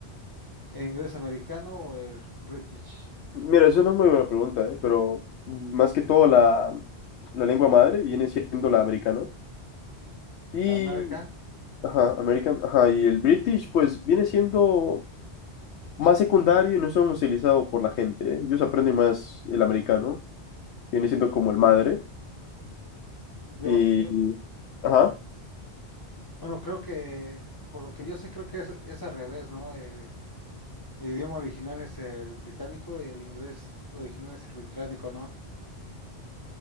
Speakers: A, on the left; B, on the left.
A: ¿El inglés americano o el British?
B: Mira, eso no es muy buena pregunta, ¿eh? Pero mm, más que todo la, la lengua madre viene siendo la americana. Y,
A: la American?
B: ajá, American, ajá, y el British, pues viene siendo más secundario y no son utilizados por la gente, ¿eh? Ellos aprenden más el americano, viene siendo como el madre.
A: Yo,
B: Y,
A: yo,
B: ajá.
A: bueno, creo que, por lo que yo sé, creo que es, es al revés, ¿no? El, el idioma original es el británico y el inglés original es el británico, ¿no?